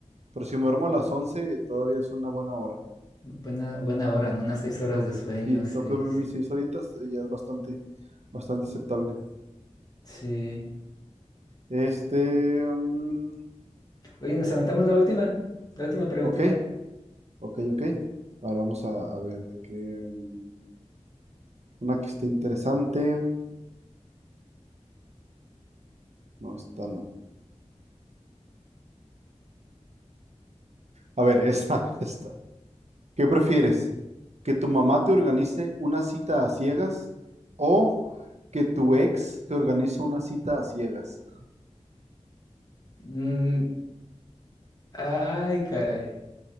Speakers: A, on the right; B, on the left.
A: Pero si me duermo a las 11 todavía es una buena hora.
B: buena, buena hora, ¿no? Unas seis
A: Y
B: horas
A: tengo-
B: de sueño,
A: sí,
B: seis.
A: tengo que dormir mis 6 horitas, eh, ya es bastante, bastante aceptable.
B: Sí.
A: Este, mm,
B: Oye, nos aventamos la última, la última preguntita.
A: ok, ok, ok. Ahora vamos a, a ver de qué, mm, una que esté interesante. No, esta no. A ver, esta, <laughs> esta. ¿Qué prefieres? ¿Que tu mamá te organice una cita a ciegas o que tu ex te organice una cita a ciegas?
B: Mm, ay, caray.